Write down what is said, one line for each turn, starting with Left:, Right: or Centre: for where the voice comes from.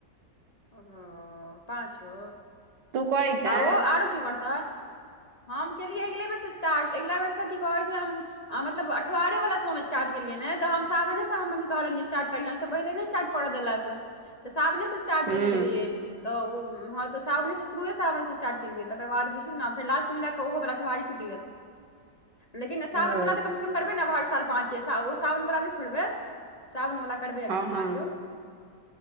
Left: ओ पाँचो,
Right: तू करै छें
Left: आ ओ आरो कियो करतै? हम केलियै अगिले बेर सँ स्टार्ट, अगिला बेर सँ की कहै छै हम आ मतलब अठबारे वला सोम स्टार्ट केलियै ने, त हम साबने सँ मम्मी के कहलियै जे स्टार्ट करिहें ओइ से पहिने नहि स्टार्ट करऽ देलक, त साबने से स्टार्ट
Right: हूँ
Left: केने रहियै तऽ हँ तऽ सावने सँ शुरुए सावन सँ स्टार्ट केलियै, तकर बाद बुझही ने फेर लास्टमे जा कऽ ओहो बलाअठवारी टूटि गेल। लेकिन सावन
Right: ओ
Left: वला तऽ कम सँ कम करबै ने, हर साल पाँचो ओ साावन बला नहि छोड़बै। साबन बला करबै एखन
Right: हँ
Left: पाँचो।
Right: हँ